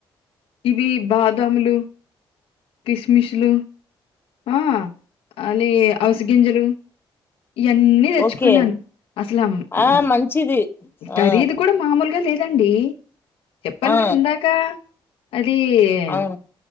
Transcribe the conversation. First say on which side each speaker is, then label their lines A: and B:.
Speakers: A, on the left; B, on the left.
A: ఇది బాదములు. కిస్మిస్లు ఆ అలీ అవిస గింజలు ఇవన్నీ తెచ్చుకున్నాను
B: ఓకే
A: అసలు అందురు
B: ఆ మంచిది
A: కరిదు
B: ఆ
A: కూడా మాములె ల్గా లేదండి చెప్పను
B: ఆ
A: కదా ఇందాక అది
B: అవు
A: ది